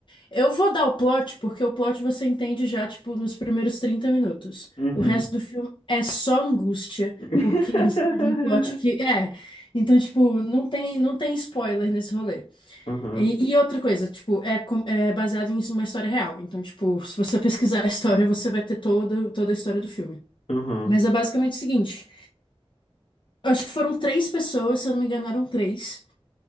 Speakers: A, on the left; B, on the left.
A: Eu vou dar o plot, porque o plot você entende já, tipo, nos primeiros 30 minutos.
B: uhum.
A: O resto do filme é só angústia,
B: <laughs>
A: porque em cima de um plot que é. Então, tipo, não tem, não tem spoiler nesse rolê.
B: Uhum,
A: E, e outra coisa, tipo, é, com- é baseado em uma história real. Então, tipo, se você pesquisar a história, você vai ter toda, toda a história do filme.
B: uhum,
A: Mas é basicamente o seguinte. Eu acho que foram três pessoas, se eu não me engano, eram três.